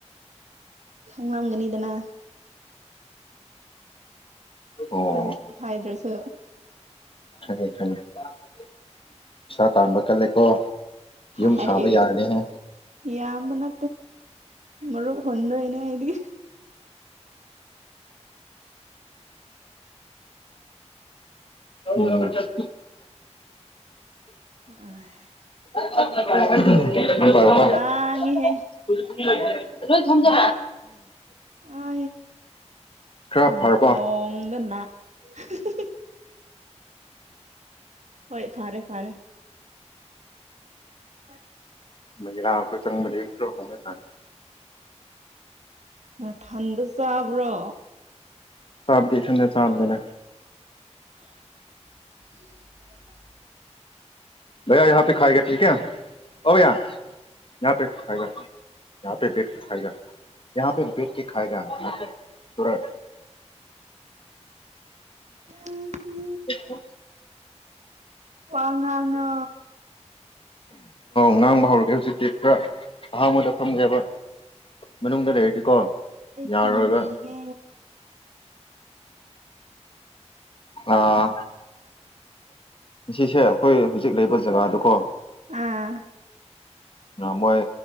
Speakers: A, on the right; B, on the left.
A: ꯈꯪꯂꯝꯒꯅꯤꯗꯅ
B: ꯑꯣ
A: ꯍꯥꯏ ꯍꯥꯏꯗ꯭ꯔꯣꯁꯨ
B: ꯈꯪꯉꯦ ꯈꯪꯉꯦ ꯄꯩꯁꯥ ꯇꯥꯝꯕ ꯀꯜꯂꯦꯀꯣ ꯌꯨꯝ
A: ꯍꯥꯏ
B: ꯁꯥꯕ ꯌꯥꯔꯅꯤꯍꯦ
A: ꯏ ꯃꯅ ꯃꯔ ꯐꯟꯗ ꯏꯅꯦ ꯍꯥꯏꯗꯤ
B: ꯂꯧ ꯆꯠ
A: ꯑ
B: <unintelligible>
A: ꯂꯥꯡꯉꯤꯍꯦ
B: ꯣꯏ ꯊꯝꯖ
A: ꯑ
B: ꯈꯔ
A: ꯅꯥꯀꯣꯡꯅꯅꯥ
B: ꯐꯔꯕꯣ
A: <unintelligible> ꯍꯣꯏ ꯐꯥꯔꯦ ꯐꯥꯔꯦ ꯑ
B: ꯃꯔꯥꯈꯣꯏ ꯆꯪ ꯃꯅꯤ꯭ꯔꯣ ꯍꯣꯡꯦ ꯊꯥꯦ
A: ꯅꯊꯟꯗ ꯆꯥꯕ꯭ꯔꯣ
B: ꯆꯥꯞꯇ ꯊꯗ ꯆꯥꯕꯗꯅ
A: <unintelligible>
B: ꯚꯌꯥ ꯌꯍꯥ ꯄꯦ ꯈꯥꯏꯒ ꯊꯀꯦ ꯑꯣꯕꯌꯥ ꯌꯍ ꯄꯦ ꯈꯥꯏꯒ ꯌꯍ ꯄꯦ ꯀ ꯈꯑꯒ ꯌꯍ ꯄꯦ ꯦ ꯀ ꯈꯒꯦ ꯁꯨꯔꯠ
A: ꯎꯝ
B: ꯑꯣ
A: ꯋꯥꯉꯉ
B: ꯉꯥꯡꯕ ꯍꯧꯔꯒꯦ ꯍꯧꯖꯤꯛꯇꯤ ꯈꯔ ꯑꯍꯥꯟꯕꯗ ꯐꯝꯒꯦꯕ ꯃꯅꯨꯡꯗ ꯂꯩꯔꯗꯤꯀꯣ ꯌꯥꯔꯣꯏꯕ
A: ꯈꯨꯝꯔꯤ ꯍ
B: ꯑꯥ ꯁꯤꯁꯦ ꯑꯩꯈꯣꯏ ꯍꯧꯖꯤꯛ ꯂꯩꯕ ꯖꯒꯥꯗꯨꯀꯣ
A: ꯑꯥ
B: ꯑ ꯃꯣꯏ